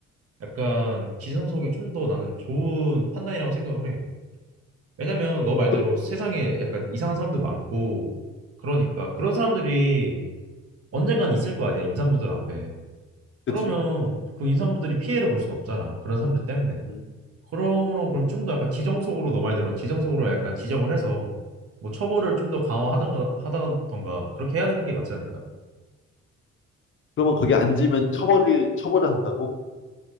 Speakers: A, on the right (about 50°); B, on the left (about 40°).
A: 약간 기성석이 좀 더 나는 좋은 판단이라고 생각을 해. 왜냐면 너 말대로
B: 그럼-
A: 세상에 약간 이상한 사람들 많고 그러니까 그런 사람들이 언젠간 있을 거 아니야 임산부들 앞에. 그러면
B: 그치?
A: 그 임산부들이 피해를 볼 수는 없잖아 그런 사람들 때문에.
B: 응.
A: 그러므로 그럼 좀 더 약간 지정석으로 너 말대로 지정석으로 약간 지정을 해서 뭐 처벌을 좀 더 강화하던가 하던가 그렇게 해야 되는 게 맞지 않을까?
B: 그러면 거기 앉으면 처벌이, 처벌을 한다고?